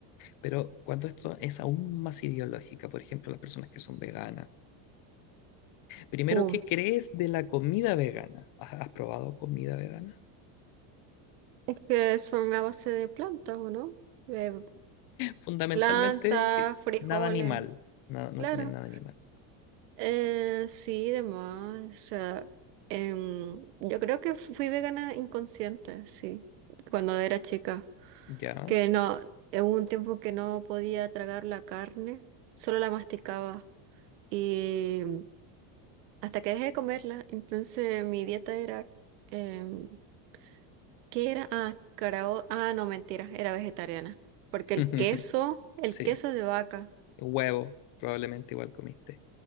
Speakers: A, on the left; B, on the right.
A: Pero cuando esto es aún más ideológica, por ejemplo, las personas que son veganas, primero,
B: Uh,
A: ¿qué crees de la comida vegana? ¿Has has probado comida vegana?
B: es que son a base de plantas, ¿o no? De
A: Fundamentalmente,
B: plantas,
A: que
B: frijoles,
A: nada animal. Nada, no
B: claro.
A: tienen nada animal.
B: Eh, sí, demás. O sea, em, yo creo que fui vegana inconsciente, sí, cuando era chica.
A: Ya.
B: Que no, eh, hubo un tiempo que no podía tragar la carne, solo la masticaba. Y em, hasta que dejé de comerla, entonces mi dieta era, em, ¿qué era? Ah, carao- ah, no, mentira, era vegetariana. Porque
A: <laughs>
B: el queso, el
A: Sí.
B: queso es de vaca.
A: Huevo, probablemente igual comiste.